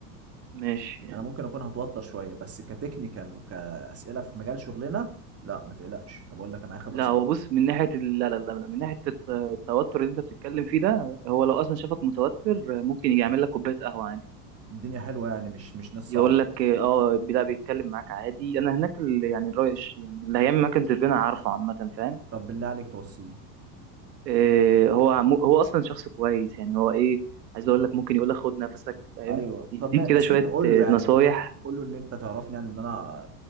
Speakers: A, on the right (about 85°); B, on the right (about 30°).
A: ماشي
B: أنا ممكن أكون هتوتر شوية بس كتكنيكال وكأسئلة في مجال شغلنا لا ما تقلقش أنا بقول لك أنا معايا خبرة
A: لا
B: سنتين
A: هو بص من ناحية ال... لا لا لا لا، من ناحية الت- التوتر اللي انت بتتكلم فيه ده هو لو اصلا شافك متوتر آه، ممكن يجي يعمل لك كوباية قهوة عادي
B: الدنيا حلوة يعني مش مش ناس
A: يقول
B: صعبة
A: لك اه آه، لا بيتكلم معاك عادي انا هناك ال... يعني الراي يعني اللي هيعمل معاك انترفيو انا عارفه عامة فاهم
B: طب بالله عليك توصيه
A: آه، هو عم- هو اصلا شخص كويس يعني هو ايه عايز اقول لك ممكن يقول لك خد نفسك فاهم
B: أيوه
A: يديك
B: طب ما بس
A: كده شوية
B: أنت قول
A: آه،
B: له يعني
A: نصايح
B: قول له قول له إن أنت تعرفني يعني إن أنا